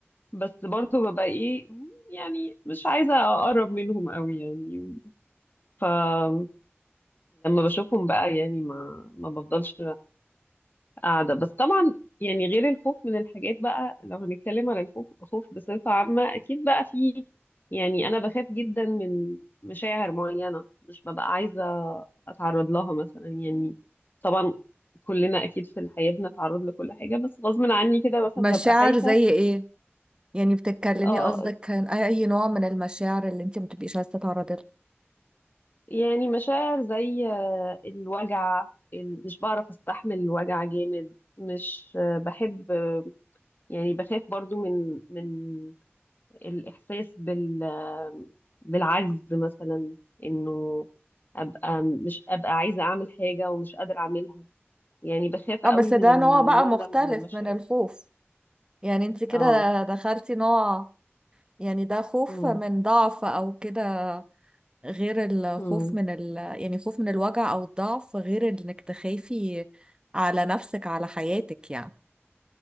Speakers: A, on the left; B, on the right.
A: بس برضو ببقى ايه يعني مش عايزة اقرب منهم قوي يعني فلما بشوفهم بقى يعني ما ما بفضلش قاعدة بس طبعا يعني غير الخوف من الحاجات بقى لو هنتكلم على الخوف خوف بصفة عامة أكيد بقى في يعني أنا بخاف جدا من مشاعر معينة مش ببقى عايزة أتعرض لها مثلا يعني طبعا كلنا أكيد في الحياة بنتعرض لكل حاجة بس غصب عني كده مثلا
B: مشاعر
A: ببقى خايفة
B: زي ايه يعني بتتكلمي
A: اه
B: قصدك عن اي نوع من المشاعر اللي انت ما بتبقيش عايزه تتعرضي لها
A: يعني مشاعر زي آه، الوجع ال- مش بعرف أستحمل الوجع جامد مش آه، بحب آه، يعني بخاف برضو من من الإحساس بال بالعجز مثلا إنه أبقى مش أبقى عايزة أعمل حاجة ومش قادرة أعملها يعني بخاف قوي
B: اه بس
A: من
B: ده
A: النوع
B: نوع بقى مختلف
A: ده من المشاعر
B: من الخوف يعني انت كده
A: اه
B: دخلتي نوع يعني ده خوف
A: امم
B: من ضعف او كده غير الخوف
A: امم
B: من ال يعني خوف من الوجع او الضعف غير انك تخافي على نفسك على حياتك يعني